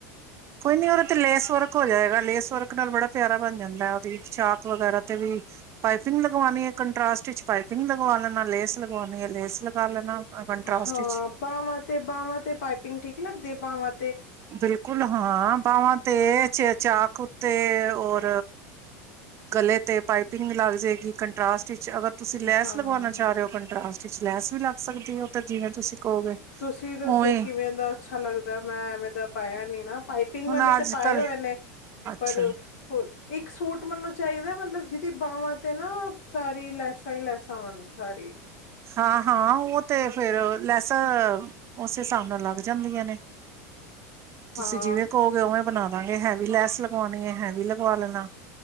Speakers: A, on the right; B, on the left.
A: ਕੋਈ ਨੀ ਉਹਦੇ ਤੇ ਲੇਸ ਵਰਕ ਹੋ ਜਾਏਗਾ। ਲੇਸ ਵਰਕ ਨਾਲ ਬੜਾ ਪਿਆਰਾ ਬਣ ਜਾਂਦਾ। ਉਹਦੀ ਚਾਕ ਵਗੈਰਾ ਤੇ ਵੀ ਪਾਈਪਿੰਗ ਲਗਵਾਉਣੀ ਹੈ ਕੰਟਰਾਸਟ ਵਿੱਚ ਪਾਈਪਿੰਗ ਲਗਵਾ ਲੈਣਾ। ਲੇਸ ਲਗਵਾਉਣੀ ਹੈ ਲੇਸ ਲਗਾ ਲੈਣਾ। ਕੰਟਰਾਸਟ
B: ਹਾਂ
A: ਵਿੱਚ
B: ਬਾਹਵਾਂ ਤੇ ਬਾਹਵਾਂ ਤੇ ਪਾਈਪਿੰਗ ਠੀਕ ਲੱਗਦੀ ਤੇ ਬਾਵਾਂ
A: ਬਿਲਕੁਲ ਹਾਂ ਬਾਵਾਂ ਤੇ ਚ ਚਾਕ ਉੱਤੇ ਉਹ ਗਲੇ ਤੇ ਪਾਈਪਿੰਗ ਲੱਗ ਜਾਏਗੀ ਕੰਟਰਾਸਟ ਚ। ਅਗਰ ਤੁਸੀਂ ਲੈਸ
B: ਹਾਂ
A: ਲਗਵਾਣਾ ਚਾਅ ਰਹੇ ਹੋ ਕੰਟਰਾਸਟ ਚ। ਉਸ ਵਿੱਚ ਲੈਸ ਵੀ ਲੱਗ ਸਕਦੀ ਹੈ। ਓ ਤੇ ਜਿਵੇਂ ਤੁਸੀਂ ਕਹੋਗੇ
B: ਤੁਸੀਂ ਦੱਸੋ
A: ਉਵੇਂ
B: ਕਿਵੇਂ ਦਾ ਅੱਛਾ ਲੱਗਦਾ ਹੈ ਮੈਂ ਐਵੇਂ ਦਾ ਪਾਇਆ ਨਹੀ ਨਾ ਪਾਈਪਿੰਗ
A: ਹੁਣ
B: ਵਾਲੇ ਤਾਂ
A: ਅੱਜ
B: ਪਾਏ
A: ਕੱਲ
B: ਹੋਏ ਨੇ
A: ਅੱਛਾ
B: ਪਰ ਇੱਕ ਸੂਟ ਮੈਨੂੰ ਚਾਹੀਦਾ ਮਤਲਬ ਜਿਹਦੀ ਬਾਵਾਂ ਤੇ ਨਾ ਸਾਰੀ ਲੈਸਾਂ ਹੀ ਲੈਸਾਂ ਸਾਰੀ।
A: ਹਾਂ ਹਾਂ ਉਹ ਤੇ ਫੇਰ ਲੈਸਾਂ ਉਸੇ ਹਿਸਾਬ ਨਾਲ ਲੱਗ ਜਾਂਦੀਆਂ ਨੇ। ਤੁਸੀਂ
B: ਹਾਂ
A: ਜਿਵੇਂ ਕਹੋਗੇ ਉਵੇਂ ਬਣਾ ਦਾਂਗੇ ਹੈ ਵੀ ਲੈਸ ਲਗਵਾਣੀ ਹੈ ਹੈ ਵੀ ਲਗਵਾ ਲੈਣਾ।